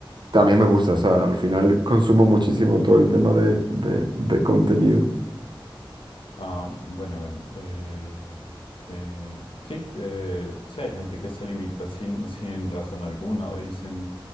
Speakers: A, on the right; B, on the left.
A: también me gusta, o sea, al final consumo muchísimo todo el tema de, de, de contenido.
B: Ah, bueno, bueno. eh, que, sí, eh, sí, hay gente que se limita sin, sin razón alguna o dicen,